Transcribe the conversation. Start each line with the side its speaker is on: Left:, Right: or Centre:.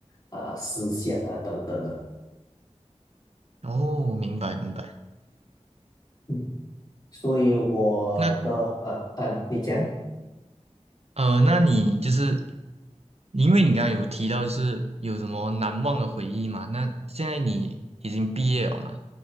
Left: 啊、思想啊等等的。
Right: 哦，明白明白。
Left: 嗯，所以我的呃嗯、
Right: 那。
Left: 啊，你讲。
Right: 呃，那你就是因为你刚刚有提到就是有什么难忘的回忆嘛？那现在你已经毕业了嘛？